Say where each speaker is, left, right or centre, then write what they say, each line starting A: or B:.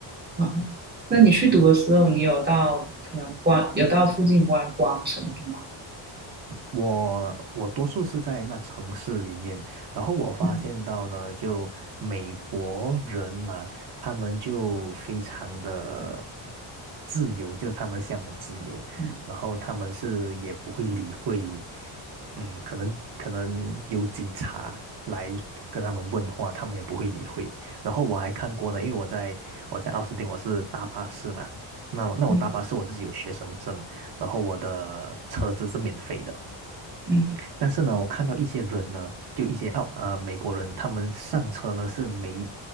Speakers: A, on the right (about 20°); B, on the right (about 50°).
A: 啊、那你去读的时候，
B: 嗯
A: 你有到可能观，有到附近观光什么的吗？
B: 我我多数是在那城市里面，然后我发现到呢，
A: 嗯
B: 就美国人嘛，他们就非常的自由，就他们向往自由，
A: 嗯
B: 然后他们是也不会理会，嗯，可能可能有警察来跟他们问话，他们也不会理会。然后我还看过呢，因为我在我在奥斯汀，我是搭巴士嘛，那那我搭巴士我自己有学生证。
A: 嗯
B: 然后我的车子是免费的。
A: 嗯，
B: 但是呢，我看到一些人呢，就一些澳呃美国人，他们上车呢是没